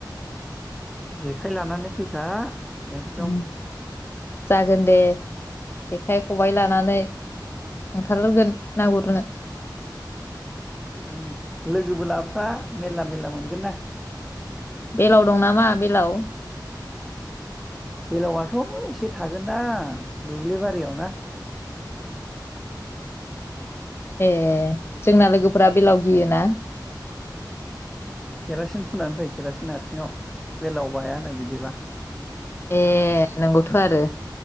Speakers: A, in the centre; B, on the left (about 30°).
A: जेखाइ लानानै फैखा एकदम
B: उम जागोन दे जेखाइ, खबाइ लानानै थांथारगोन ना गुरनो।
A: उम लोगोबो लाबफा मेरला मेरला मोनगोन ना
B: बेलाव दं नामा बेलाव?
A: बेलावआथ' एसे थागोनदां दुब्लिबारियाव ना
B: ए जोंना लोगोफोरा बेलाव गियोना
A: केरासिन फुनानै फै केरासिन आथिङाव बेलाव बायानो बिदिबा
B: ए नंगौथ' आरो